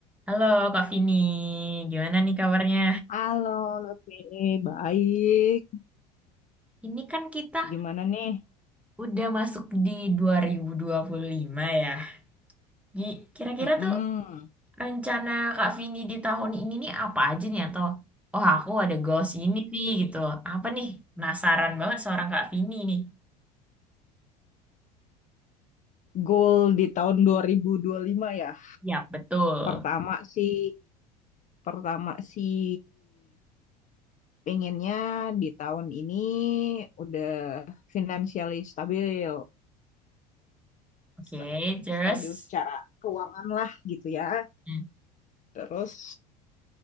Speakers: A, in the centre; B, on the left.
A: Halo Kak Vini, gimana nih kabarnya?
B: Halo, Lutfi. Baik.
A: Ini kan kita
B: Gimana nih?
A: udah masuk di dua dua ribu dua puluh lima ya. Gi- Kira-kira
B: Mm-mm.
A: tuh rencana Kak Vini di tahun ini nih apa aja nih atau oh aku ada goals ini nih gitu. Apa nih? Penasaran banget seorang Kak Vini nih.
B: Goal di tahun 2025 ya.
A: Ya, betul.
B: Pertama sih, pertama sih pengennya di tahun ini udah financially stabil.
A: Oke,
B: Sta-
A: terus.
B: Stabil secara keuangan lah gitu ya.
A: Hmm.
B: Terus